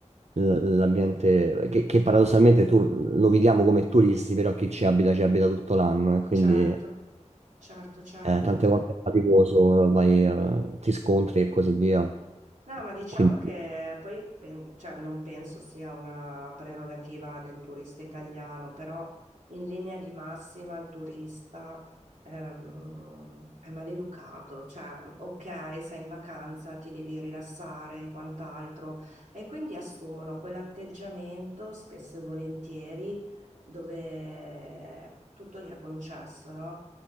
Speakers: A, on the right (about 65°); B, on the right (about 85°).
A: l- l'ambiente che, che paradossalmente tu lo viviamo come turisti, però chi ci abita ci abita tutto l'anno e quindi
B: certo,
A: eh,
B: certo, certo.
A: tante volte è faticoso, vai, eh, ti scontri e così via.
B: No, ma diciamo
A: Quindi
B: che poi pen- cioè, non penso sia una prerogativa del turista italiano, però in linea di massima il turista ehm, è maleducato. Cioè, ok, sei in vacanza, ti devi rilassare e quant'altro, e quindi assumono quell'atteggiamento spesso e volentieri dove tutto gli è concesso, no?